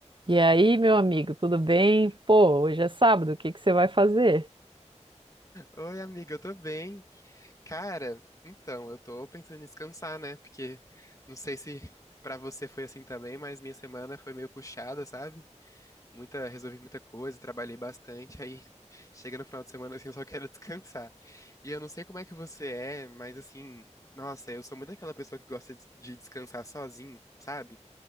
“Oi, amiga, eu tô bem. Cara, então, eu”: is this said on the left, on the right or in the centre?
Left